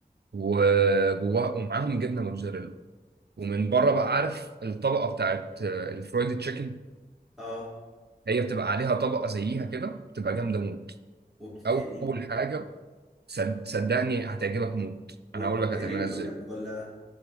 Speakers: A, on the right (about 85°); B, in the centre.
A: وجواها ومعاهم جبنه موتزاريلا ومن بره بقى عارف الطبقه بتاعت آه، الفرايد تشيكن
B: اه
A: هي بتبقى عليها طبقه زيها كده بتبقى جامده موت
B: وبتتقلي
A: اول حاجه صد- صدقني هتعجبك موت
B: وبتتقلي
A: انا هقول لك هتعملها
B: بقول
A: ازاي
B: لك ولا